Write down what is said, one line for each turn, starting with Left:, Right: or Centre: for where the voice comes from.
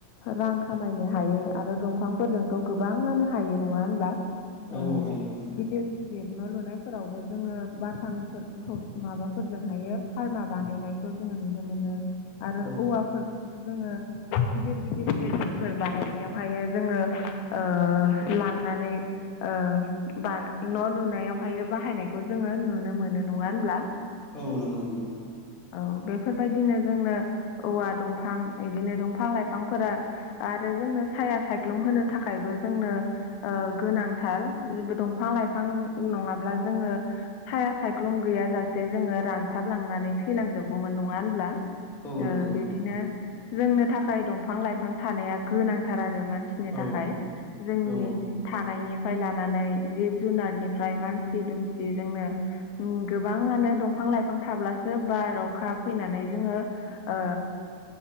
Left: रां खामायनो हायो आरो दंफांफोरजोंथ' गोबाङानो हायो नङा होनब्ला अ
Centre: औ हायो
Left: गिदिर गिदिर न' लुनायफोरावबो जोङो बाथामफोरखौ माबाफोरजों हायो फारमा बानायनायखौ जोङो नुनो मोनो आरो
Centre: औ
Left: औवाफोरखौबो जोङो गिदिर गिदिर बिल्डिंफोर बानायनायावहायो जोङो ओ लांनानै ओ बा न' लुनायावहायो बाहायनायखौ जोङो नुनो मोनो नङा होनब्ला
Centre: औ नोंगौ नों
Left: औ बेफोरबायदिनो जोंनो औवा दंफां इदिनो दंफां लाइफांफोरा आरो जोंनो साया सायख्लुम होनो थाखायबो जोंनो ओ गोनांथारबो दंफां लाइफां नङाब्ला जोङो साया सायख्लुम गैयाजासे जोङो रान थाबलांनानै थैलांजोबगौमोन नङा होनब्ला
Centre: औ
Left: ओ
Centre: नंगौ
Left: बिदिनो जोंनो थाखाय दंफां लाइफां थानाया गोनांथार आरो मानसिनि
Centre: औ
Left: थाखाय जोंनि
Centre: औ
Left: थानायनिफ्राय लानानै जिब जुनारनिफ्राय मानसि दुमसि जोंनो ओ गोबाङानो दंफां लाइफां बिफां थाब्लासो बार अखा फैनानै जोङो ओ